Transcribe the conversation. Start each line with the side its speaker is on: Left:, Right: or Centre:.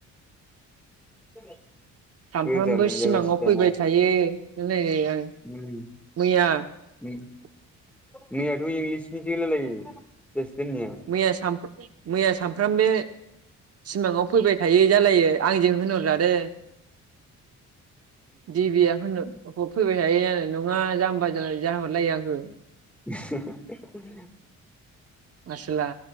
Centre: <unintelligible>
Right: सानफ्रामबो
Centre: गोजा लिंजागासिनो
Right: सिमाङाव फैबाय
Centre: दाना
Right: थायो। <unintelligible>
Centre: उम उम मैयाथ' इंलिसनिसो होलायलायो। दोननिया उम
Right: मैया मैया सामफ्रामबो सिमाङाव फैबाय थायो जालायो आंजों होनहरजादों देबिया होनर <unintelligible> फैबाय थायो आरो। नङा जाम्बा जा जाहरलायो आं ओ
Centre: <unintelligible>
Right: आसोला।